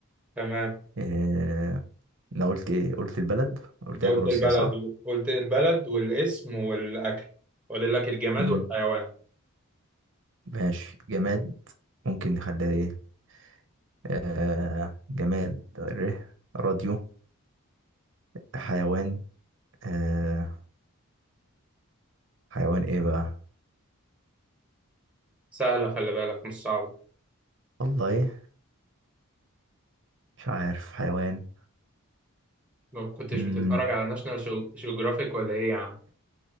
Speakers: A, in the centre; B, on the right (about 55°).
A: تمام
B: آه أنا قلت إيه قلت البلد قلت
A: انت قلت
B: لك روسيا
A: البلد
B: صح
A: قلت البلد والاسم والاكل فاضل لك الجماد
B: مم.
A: والحيوان
B: ماشي جماد ممكن نخليها إيه آه جماد ر راديو حيوان آه حيوان إيه بقى
A: سهله خلي بالك مش صعبه
B: والله مش عارف حيوان
A: ما كنتش
B: مم.
A: بتتفرج على ناشونال جيوغرافيك ولا ايه يا عم